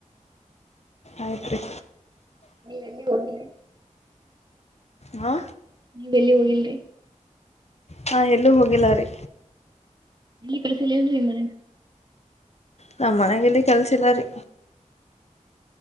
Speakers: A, on the left; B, on the right.
A: ಆಯ್ತ್ರಿ.
B: ನೀವ್ ಎಲ್ಲಿಗ್ ಹೋಗಿಲ್ರಿ.
A: ಹಾ
B: ನೀವ್ ಎಲ್ಲಿಗ್ ಹೋಗಿಲ್ರಿ.
A: ಹಾ ಎಲ್ಲೂ ಹೋಗಿಲ್ಲಾರಿ.
B: ಎಲ್ಲಿ ಕಲಿಸಿಲೆನ್ರಿ ನಿಮ್ ಮನೆರ್.
A: ನಮ್ಮ್ ಮನ್ಯಾಗ ಎಲ್ಲಿ ಕೆಲ್ಸ ಇಲ್ಲಾರಿ.